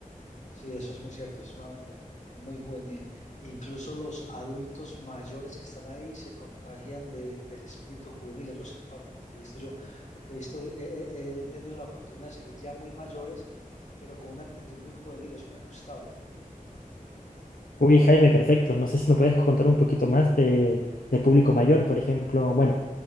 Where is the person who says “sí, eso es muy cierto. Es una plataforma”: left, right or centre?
Left